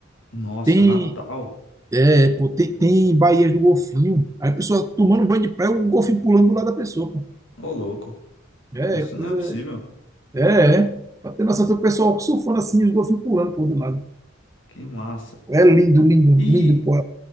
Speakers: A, on the left; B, on the right.
A: nossa,
B: Tem,
A: Natal.
B: é, pô, tem, tem baías do golfinho. Aí a pessoa tomando banho de praia, o golfinho pulando do lado da pessoa, pô.
A: Ô, louco,
B: É,
A: isso
B: coisa
A: não é possível.
B: É, é. Pra ter noção, tem o pessoal surfando assim, os golfinhos pulando por do lado.
A: Que massa.
B: É lindo, lindo,
A: E
B: lindo, pô.